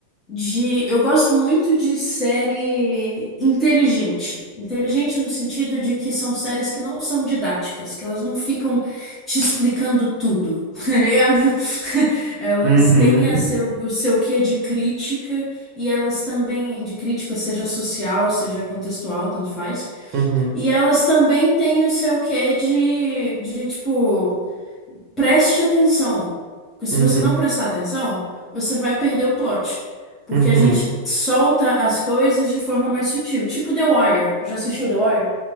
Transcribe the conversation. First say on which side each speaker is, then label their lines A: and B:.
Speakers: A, on the left; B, on the right.
A: de, eu gosto muito de série inteligente. Inteligente no sentido de que são séries que não são didáticas, que elas não ficam te explicando tudo, <laughs> tá ligado? <laughs> Elas
B: Uhum,
A: têm a seu, o seu quê de crítica e elas também, de crítica, seja social, seja contextual, tanto faz.
B: uhum,
A: E elas também têm o seu quê de, de tipo. Preste atenção, porque se
B: uhum,
A: você não prestar atenção, você vai perder o plot, porque
B: uhum.
A: a gente solta as coisas de forma mais sutil, tipo The Wire. Já assistiu The Wire?